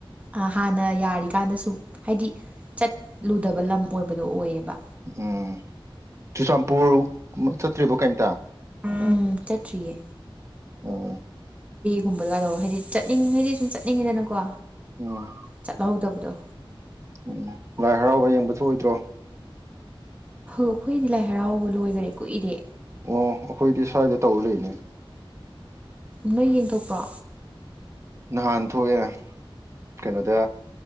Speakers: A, on the right; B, on the right.
A: ꯑꯥ ꯍꯥꯟꯅ ꯌꯥꯔꯤꯀꯥꯟꯗꯁꯨ ꯍꯥꯏꯗꯤ ꯆꯠꯂꯨꯗꯥꯕ ꯂꯝ ꯑꯣꯏꯕꯗꯣ ꯑꯣꯏꯌꯦꯕ
B: ꯎꯝ ꯆꯨꯔꯆꯥꯟꯄꯨꯔ ꯆꯠꯇ꯭ꯔꯤꯕꯣ ꯀꯔꯤꯝꯇꯥ
A: ꯎꯝ ꯆꯠꯇ꯭ꯔꯤꯌꯦ
B: ꯎꯝ
A: ꯒꯨꯝꯕꯗꯥꯏꯗꯣ ꯍꯥꯏꯗꯤ ꯆꯠꯅꯤꯡ ꯍꯥꯏꯗꯤ ꯁꯨꯝ ꯆꯠꯅꯤꯡꯉꯤꯗꯥꯅꯀꯣ
B: ꯎꯝ
A: ꯆꯠꯍꯧꯗꯕꯥꯗꯣ
B: ꯎꯝ ꯂꯥꯏ ꯍꯔꯥꯎꯕ ꯌꯦꯡꯕ ꯊꯣꯛꯑꯣꯏꯗ꯭ꯔꯣ
A: ꯑꯈꯣꯏꯗꯤ ꯂꯥꯏ ꯍꯔꯥꯎꯕ ꯂꯣꯏꯈꯔꯦ ꯀꯨꯏꯔꯦ
B: ꯑꯣ ꯑꯩꯈꯣꯏꯗꯤ ꯁ꯭ꯋꯥꯏꯗ ꯇꯧ ꯂꯩꯅꯦ
A: ꯅꯣꯏ ꯌꯦꯡꯊꯣꯛꯄ꯭ꯔꯣ
B: ꯅꯍꯥꯟ ꯊꯣꯛꯑꯦ ꯀꯩꯅꯣꯗ